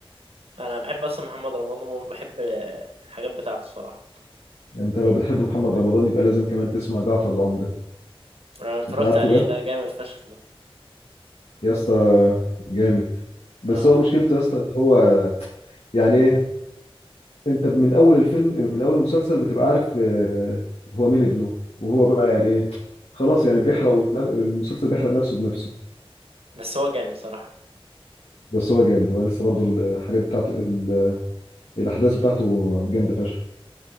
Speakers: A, on the right; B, on the left.
A: انا بحب اصلا محمد رمضان وبحب الحاجات بتاعته صراحة
B: انت لو بتحب محمد رمضان يبقى لازم كمان تسمع جعفر العمدة
A: انا اتفرجت
B: انت عارفه
A: عليه
B: ده
A: ده جامد فشخ ده
B: يسا جامد بس
A: آه،
B: هو مشكلته يا اسطى ان هو يعني ايه انت من اول الفيلم من اول المسلسل بتبقى عارف آه، هو مين ابنه وهو بقى يعني ايه خلاص يعني بيحرق نف- المسلسل بيحرق نفسه بنفسه
A: بس هو جامد صراحة
B: بس هو جامد هو لسه برضو الحاجات بتاعته ال- الاحداث بتاعته جامده فشخ